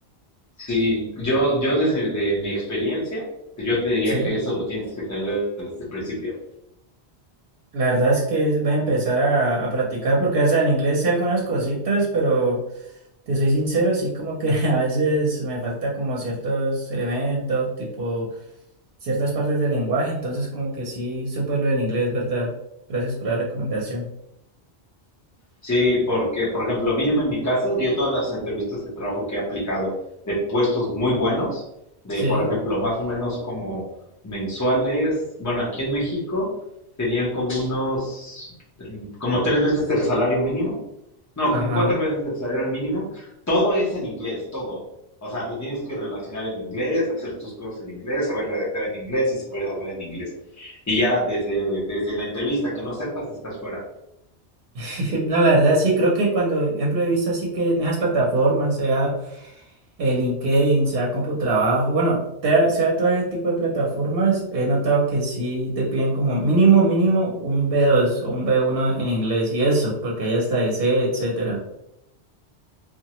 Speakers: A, on the left; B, on the right.
A: Sí, yo, yo desde de mi experiencia, yo te diría
B: ¿sí?
A: que eso lo tienes que tener desde el principio.
B: La verdad es que voy a empezar a, a practicar porque, o sea, en inglés sé algunas cositas, pero te soy sincero, sí como que <laughs> a veces me falta como ciertos elementos, tipo ciertas partes del lenguaje, entonces como que sí, súper lo del inglés, ¿verdad? Gracias por la recomendación.
A: Sí, porque, por ejemplo, mínimo en mi caso, yo todas las entrevistas de trabajo que he aplicado de puestos muy buenos, de,
B: Sí,
A: por ejemplo, más o menos como mensuales, bueno, aquí en México serían como unos, trein- como tres veces el salario mínimo, no,
B: ajá.
A: como cuatro veces el salario mínimo, todo es en inglés, todo. O sea, tú tienes que relacionar en inglés, hacer tus cosas en inglés, saber redactar en inglés y saber hablar en inglés. Y ya desde, desde la entrevista que no sepas, estás fuera.
B: <laughs> No, la verdad sí, creo que cuando, ejemplo, he visto así que en esas plataformas, sea... El LinkedIn, sea CompuTrabajo, bueno, te- sea todo ese tipo de plataformas, he notado que sí te piden como mínimo, mínimo un b dos o un b uno en inglés y eso, porque hay hasta ese, etcétera.